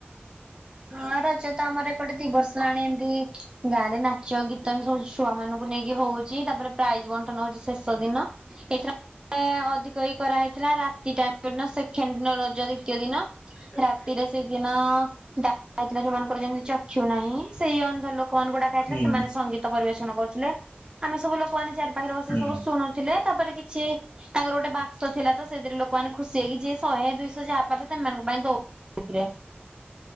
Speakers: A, on the right; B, on the left.
A: ହଁ ରଜ ତ ଆମର ଏପଟେ ଦି ବର୍ଷ ହେଲାଣି ଏମତି ଗାଁରେ ନାଚ ଗୀତ ଏମତି ସବୁ ଛୁଆମାନୁଙ୍କୁ ନେଇକି ହଉଚି ତାପରେ ପ୍ରାଇଜ୍ ବଣ୍ଟନ ହୋଉଚି ଶେଷ ଦିନ। ଏଇ ଥର ଆ ଅଧିକ କି କରାହେଇଥିଲା ରାତିଟା ଉନ ସେଖେଣ୍ଡ୍ ଦିନ ରଜ ଦ୍ଵିତୀୟ ଦିନ।
B: ଯାଇଁ
A: ଆତିରେ ସେଇଦିନ ଡା ଆଇଥିଲା ଯୋଉମାନଙ୍କର ଯେମିତି ଚକ୍ଷୁ ନାହିଁ ସେଇ ଅନ୍ଧ ଲୋ କଆନୁଙ୍କୁ ଡାକାହେଇଥିଲା
B: ହୁଁ
A: ସେମାନେ ସଙ୍ଗୀତ ପରିବେଷଣ କରୁଥୁଲେ ଆମେ ସବୁ ଲୋକମାନେ ଚାରିପାଖରେ ବସି
B: ହୁଁ
A: ସବୁ ଶୁଣୁ ଥିଲେ ତାପରେ କିଛି ତାଙ୍କର ଗୋଟେ ବାକ୍ସ ଥିଲା ତ ସେଥିରେ ଲୋକମାନେ ଖୁସି ହେଇକି ଯିଏ ଶହେ ଦୁଇଶ ଯାହା ପାରଲେ ତେମାନଙ୍କ ପାଇଁ ଦୋଉ ଉ ପୁରା